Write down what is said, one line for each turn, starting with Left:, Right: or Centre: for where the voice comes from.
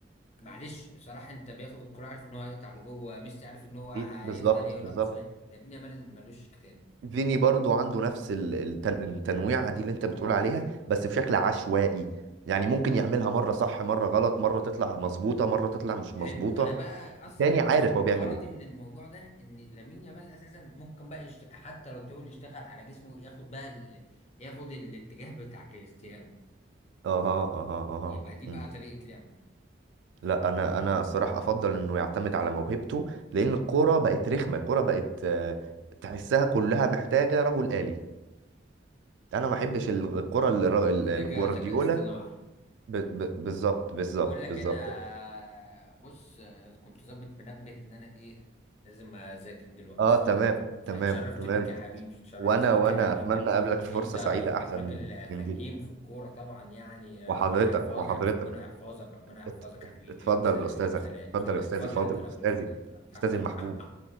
Left: معلش صراحة انت بياخد الكرة عارف ان هو هيقطع لجوه ميسي عارف ان هو هيفضل
Right: إيه، بالظبط
Left: يرقص
Right: بالظبط
Left: بقى. لامين يامال ملوش كتاب
Right: فيني برضو عنده نفس ال- التن- التنويعه دي اللي انت بتقول عليها بس بشكل عشوائي يعني ممكن يعملها مره صح مره غلط مره تطلع مظبوطه مره تطلع مش
Left: حلو
Right: مظبوطه
Left: انا بقى اصلا
Right: تاني عارف
Left: أ-
Right: هو بيعمل
Left: غرضي
Right: ايه
Left: من الموضوع ده ان لامين يامال اساسا ممكن بقى يشت... حتى لو طول يشتغل على جسمه ياخد بقى ال... ياخد الاتجاه بتاع كريستيانو
Right: اها اها اها
Left: يبقى دي بقى
Right: مم.
Left: طريقة لعبه
Right: لا انا انا الصراحه افضل انه يعتمد على موهبته لان الكوره بقت رخمه الكوره بقت آه، تحسها كلها محتاجه رجل آلي انا ما احبش الكره
Left: محتاجة
Right: الجوارديولا
Left: ذكاء اصطناعي
Right: ب... ب... بالظبط بالظبط
Left: بقول لك
Right: بالظبط
Left: انا بص كنت ظابط منبه ان انا ايه لازم اذاكر دلوقتي
Right: اه تمام
Left: فاتشرفت
Right: تمام تمام
Left: بيك يا حبيبي اتشرفت
Right: وانا
Left: بيك
Right: وانا
Left: يا حبيبي
Right: اتمنى اقابلك في
Left: انت
Right: فرصة
Left: انت
Right: سعيدة احسن
Left: راجل
Right: من من
Left: فهيم
Right: دي
Left: في الكورة طبعا يعني
Right: وحضرتك
Left: ربنا يحفظك
Right: وحضرتك
Left: ربنا يحفظك ربنا يحفظك
Right: ات... ات-
Left: حبيبي
Right: اتفضل
Left: يلا سلام
Right: استاذك
Left: سلام
Right: اتفضل
Left: سلام
Right: يا استاذي
Left: اتفضل
Right: فاضل
Left: انت الاول
Right: استاذي
Left: اتفضل انت الاول حبيبي
Right: استاذي المحبوب